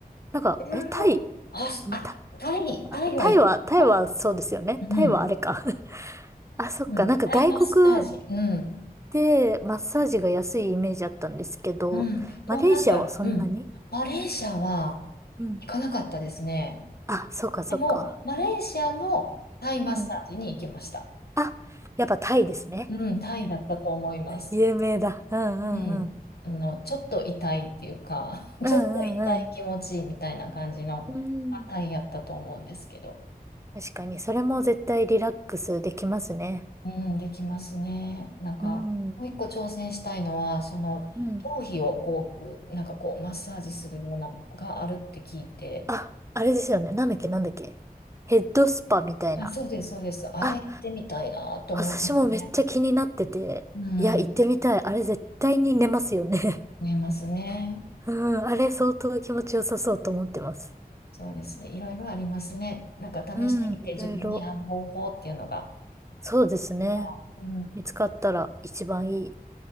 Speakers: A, on the right; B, on the left.
A: なんか、
B: うわーあ、
A: え、タイ、
B: すあ、
A: んタ、
B: タイ、タイは行きました。
A: タイは、タイはそうですよね。タイはあれか
B: うん。
A: <laughs> あ、そっか。
B: うん。
A: なんか外国
B: タイマッサージ。うん。
A: でマッサージが安いイメージあったんですけど、
B: うん。東南アジア。
A: マレーシアはそんなに
B: うん。マレーシアは
A: うん
B: 行かなかったですね。
A: あ、そっかそっか。
B: でも、マレーシアのタイマッサージに行きました。
A: うん。あ、やっぱタイですね。
B: うん、タイだったと思います。
A: 有名だ。うんうんうん。
B: うん。あの、ちょっと痛いっていうか、<laughs>
A: うんうんうん。
B: ちょっと痛い気持ちいいみたいな感じのあタイやったと思うんですけど。
A: うん。確かに、それも絶対リラックスできますね。
B: うん、できますね。なんか、
A: うん。
B: もう一個挑戦したいのは、その、
A: うん。
B: 頭皮をこう、ぐなんかこう、マッサージするようなのがあるって聞いて、
A: あ、あれですよね。なんだっけなんだっけ。ヘッドスパみたいな。
B: あ、そうです、そうです。あれしてみたいなと思いますね。
A: あ、私もめっちゃ気になってて。
B: うん、
A: いや、行ってみたい。あれ絶対に寝ますよね。
B: 見えますね。
A: <laughs> うん、あれ相当気持ちよさそうと思ってます。
B: そうですね。いろいろありますね。なんか試してみて自分に合う方法っていうのが、
A: うん、いろいろ。そうですね。
B: やっぱうん、
A: 見つかったら一番いい。